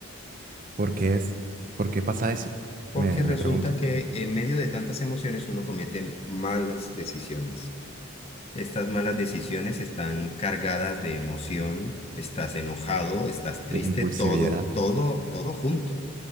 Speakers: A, on the right (about 40°); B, on the left (about 30°).
A: ¿Por qué es? ¿Por qué pasa eso?
B: porque
A: Me,
B: resulta
A: me pregunto.
B: que en medio de tantas emociones uno comete malas decisiones. Estas malas decisiones están cargadas de emoción, estás enojado, estás
A: De
B: triste,
A: impulsividad.
B: todo, todo, todo junto.